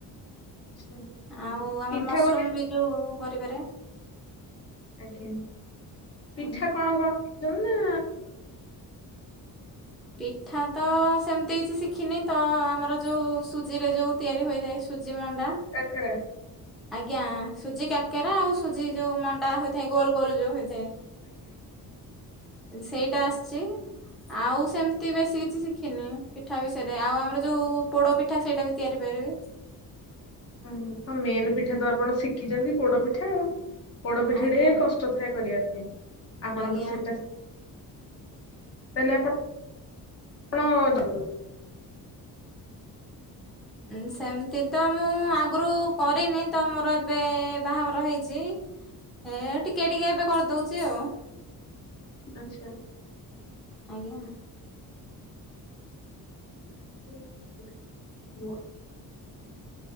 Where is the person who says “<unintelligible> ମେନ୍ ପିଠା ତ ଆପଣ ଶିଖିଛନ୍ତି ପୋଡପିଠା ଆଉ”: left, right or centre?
Left